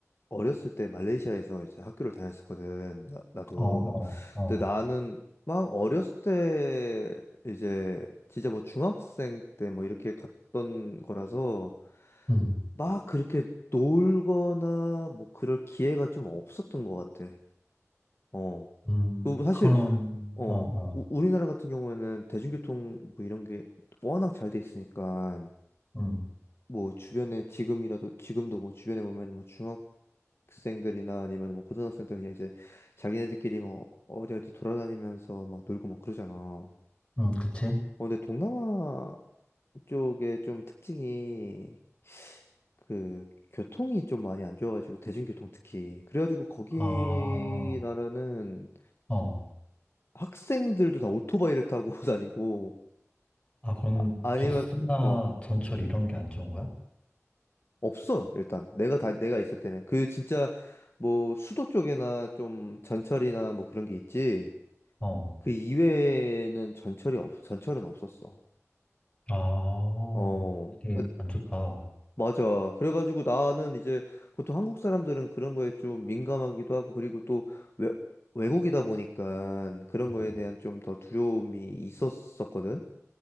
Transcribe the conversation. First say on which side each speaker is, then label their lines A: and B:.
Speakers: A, on the left (about 50°); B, on the left (about 20°).
A: 어렸을 때 말레이시아에서 이제 학교를 다녔었거든. 나, 도
B: 어, 어, 어.
A: 근데 나는 막 어렸을 때 이제 진짜 뭐 중학생 때 뭐 이렇게 갔던 거라서
B: 음,
A: 막 그렇게 놀거나 뭐 그럴 기회가 좀 없었던 것 같아. 어.
B: 음,
A: 그리고 사실
B: 그런,
A: 어
B: 어, 어.
A: 우- 우리나라 같은 경우에는 대중교통 뭐 이런 게 워낙 잘 돼 있으니까
B: 음,
A: 뭐 주변에 지금이라도 지금도 뭐 주변에 보면은 뭐 중학 학생들이나 아니면 뭐 고등학생들 그냥 이제 자기네들끼리 뭐 어디 어디 돌아다니면서 막 놀고 막 그러잖아. 어,
B: 음, 그치?
A: 근데 동남아 쪽에 좀 특징이 그 교통이 좀 많이 안 좋아가지고 대중교통 특히 그래가지고 거기
B: 아,
A: 나라는
B: 어.
A: 학생들도 다 오토바이를 타고 <laughs> 다니고
B: 아, 그럼
A: 아, 아니면
B: 법스나
A: 어
B: 전철 이런 게 안 좋은 거야?
A: 없어 일단 내가 다 내가 있을 때는 그 진짜 뭐 수도 쪽에나 좀 전철이나 뭐 그런 게 있지
B: 어.
A: 그 이외에는 전철이 없, 전철은 없었어.
B: 아,
A: 어,
B: 되게
A: 그,
B: 안 좋다.
A: 맞아. 그래가지고 나는 이제 보통 한국 사람들은 그런 거에 좀 민감하기도 하고, 그리고 또 외, 외국이다 보니까 그런
B: 음,
A: 거에 대한 좀 더 두려움이 있었었거든.